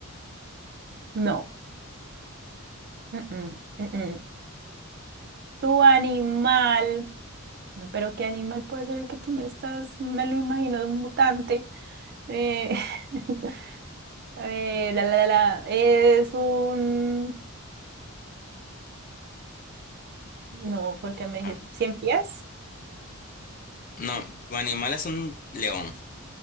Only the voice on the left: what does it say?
Ah.
No, tu animal es un león.